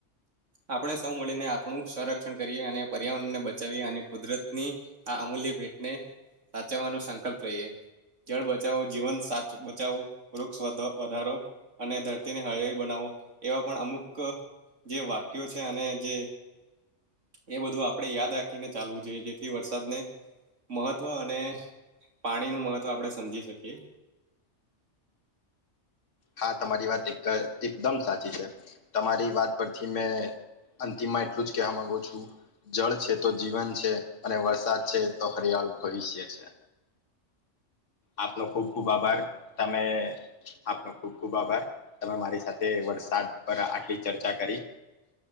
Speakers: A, on the right (about 85°); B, on the left (about 90°).
A: આપણે સૌ મળીને આપણું સંરક્ષણ કરીએ અને પર્યાવરણ ને બચાવીએ અને કુદરતની આ અમૂલ્ય ભેટને સાચવવાનો સંકલ્પ લહીએ. જળ બચાવો જીવન સાચ બચાવો, વૃક્ષ વધારો. અને ધરતીને હળીયાળી બનાવો એવા પણ અમુક જે વાક્યો છે અને જે એ બધું આપડે યાદ રાખીને ચાલવું જોઈએ જેથી વરસાદને મહત્વ અને પાણી નું મહત્વ આપડે સમજી શકીએ.
B: હા, તમારી વાત એકા તી એકદમ સાચી છે, તમારી વાત પરથી મેં અંતિમમાં એટલું જ કહેવા માગું છું. જળ છે તો જીવન છે અને વરસાદ છે તો હરિયાળુ ભવિષ્ય છે. આપનો ખુબ ખુબ આભાર તમે આપનો ખુબ ખુબ આભાર. તમે મારી સાથે વરસાદ પર આટલી ચર્ચા કરી.